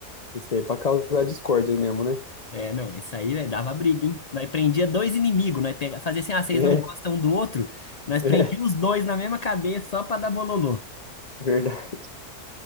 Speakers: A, on the left (about 40°); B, on the left (about 85°).
A: esse aí é pra causar discórdia mesmo, né?
B: É, não, isso aí, velho, dava briga, hein? Nós prendia dois inimigos, nós pega... fazia assim, ah, vocês
A: <laughs>
B: não gostam um do outro, nós
A: É,
B: prendíamos
A: é,
B: os dois na mesma cadeia só pra dar bololô.
A: verdade.